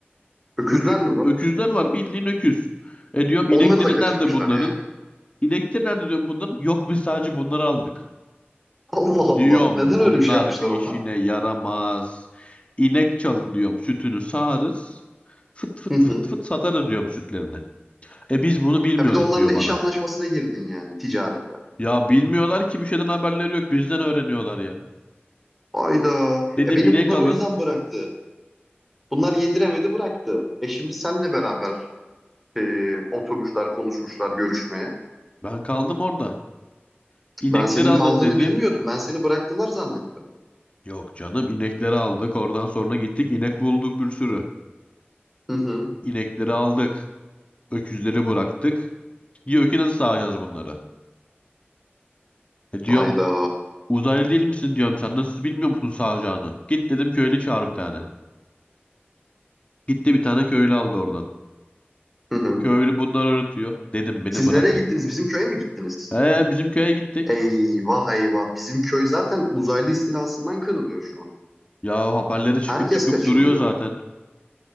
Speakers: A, in the centre; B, on the left.
A: Öküzler
B: Ökü,
A: mi var?
B: öküzler var bildiğin öküz. E diyorum
A: Onları
B: inekleri
A: da kaçırmışlar
B: nerede bunların?
A: yani.
B: İnekleri nerede diyorum bunların? Yok biz sadece bunları aldık.
A: Allah Allah.
B: Diyorum
A: Neden
B: bunlar
A: öyle bir şey yapmışlar
B: bir
A: onlar?
B: işine yaramaz. İnek çalın diyorum sütünü sağarız. Fıt fıt
A: Hı hı.
B: fıt fıt satarız diyorum sütlerini. E biz bunu bilmiyorduk
A: Ha bir de onlarla
B: diyor
A: iş
B: bana.
A: anlaşmasına girdin yani ticarete.
B: Ya bilmiyorlar ki bir şeyden haberleri yok bizden öğreniyorlar ya.
A: Hayda.
B: Dedim
A: E beni
B: inek
A: bunlar
B: alın.
A: o yüzden bıraktı. Bunlar yediremedi bıraktı. E şimdi senle beraber e, oturmuşlar, konuşmuşlar görüşmeye.
B: Ben kaldım orada. İnekleri
A: Ben senin
B: alın
A: kaldığını
B: dedim.
A: bilmiyordum. Ben seni bıraktılar zannettim.
B: Yok canım inekleri aldık. Oradan sonra gittik inek bulduk bir sürü.
A: Hı hı.
B: İnekleri aldık. Öküzleri bıraktık. Diyor ki nasıl sağacağız bunları? E diyorum
A: Hayda.
B: Uzaylı değil misin diyorum sen nasıl bilmiyor musun sağacağını? Git dedim köylü çağır bir tane. Gitti bir tane köylü aldı oradan.
A: Hı hı.
B: Köylü bunları öğretiyor. Dedim beni
A: Siz
B: bırakın.
A: nereye gittiniz? Bizim köye mi gittiniz?
B: He bizim köye gittik.
A: Eyvah eyvah. Bizim köy zaten uzaylı istilasından kırılıyor şu an.
B: Ya haberleri çıkıp
A: Herkes
B: çıkıp
A: kaçırılıyor.
B: duruyor zaten.